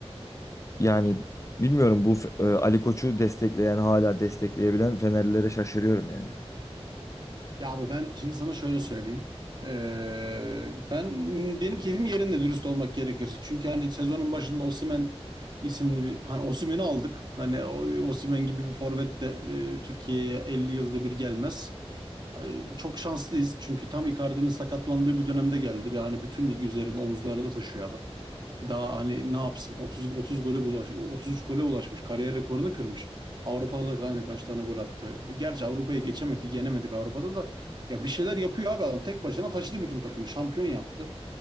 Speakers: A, on the left; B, on the right.
A: Yani bilmiyorum bu F- e, Ali Koç'u destekleyen, hala destekleyebilen Fenerlilere şaşırıyorum yani.
B: Ya abi ben şimdi sana şöyle söyleyeyim. Ee, ben benim keyfim yerinde dürüst olmak gerekirse. Çünkü hani sezonun başında Osimhen isimli bir hani Osimhen'i aldık. Hani o- Osimhen gibi bir forvet de e, Türkiye'ye 50 yılda bir gelmez. Ee, çok şanslıyız. Çünkü tam Icardi'nin sakatlandığı bir dönemde geldi ve hani bütün ligi üzerinde omuzlarında taşıyor adam. Daha hani ne yapsın? 30 30 gole ulaş 33 gole ulaşmış. Kariyer rekorunu kırmış. Avrupa'da da hani kaç tane gol attı. Gerçi Avrupa'yı geçemedik, yenemedik Avrupa'da da. Ya bir şeyler yapıyor abi adam. Tek başına taşıdı bütün takımı. Şampiyon yaptı.